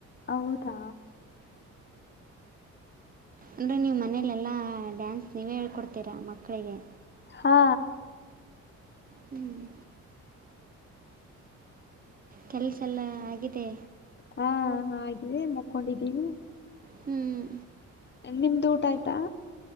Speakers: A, on the left; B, on the right.
A: ಹೌದಾ.
B: ಅಂದ್ರೆ ನೀವು ಮನೇಲೆಲ್ಲಾ ಡ್ಯಾನ್ಸ್ ನೀವೇ ಹೇಳ್ಕೊಡ್ತೀರಾ ಮಕ್ಕಳಿಗೆ.
A: ಹಾ.
B: ಹ್ಮ್. ಕೆಲ್ಸ ಎಲ್ಲ ಆಗಿದೆ
A: ಹಾ ಹಾಗಿದೆ ಮುಕ್ಕೊಂಡಿದ್ದೀವಿ
B: ಹ್ಮ್
A: ನಿಮ್ದು ಊಟ ಆಯ್ತಾ